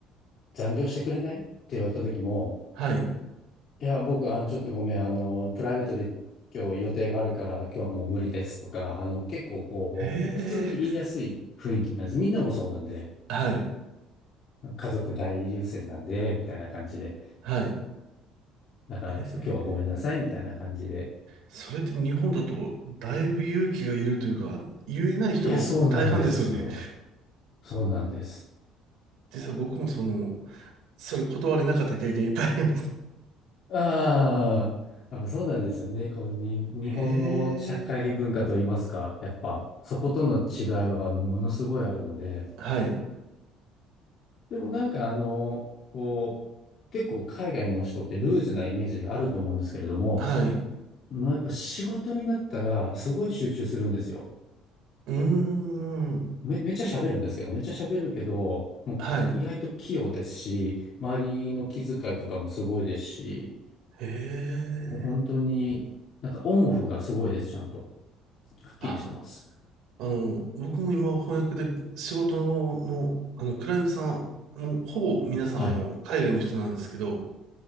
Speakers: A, on the left; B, on the right.
A: 残業してくれないって言われた時も、
B: はい、
A: いや、僕、あの、ちょっとごめん、あの、プライベートで今日予定があるから、今日はもう無理ですとか、あの、結構こう、
B: え
A: 普通に言いやすい雰囲気なんです。みんなもそうなんで、
B: ー、はい、
A: 家族大優先なんで、みたいな感じで。
B: はい、
A: だから、
B: えー
A: ちょっと今日はごめんなさい、みたいな感じで。
B: それって日本だとだいぶ勇気がいるというか、言えない人が大半ですよね。
A: いや、そうなんですよ。そうなんです。
B: 実は僕もその、それ断れなかった経験いっぱいあります。
A: ああ、やっぱそうなんですよね。このに、日本の社会文化といいますか、
B: へえ。
A: やっぱ、そことの違いはものすごいあるので、
B: はい。
A: でもなんかあの、こう、結構海外の人ってルーズなイメージがあると思うんですけれども、
B: はい。
A: もうやっぱ仕事になったらすごい集中するんですよ。
B: うーん。
A: め、めっちゃ喋るんですけど、めっちゃ喋るけど、もう意外と器用ですし、
B: はい。
A: 周りの気遣いとかもすごいですし、
B: へえ。
A: もう本当になんかオンオフがすごいです、ちゃんと。はっきりしてます。
B: あ、あの、僕も今翻訳で仕事の、あの、クライアントさんもうほぼ皆さんあの、
A: はい。
B: 海外の人なんですけど、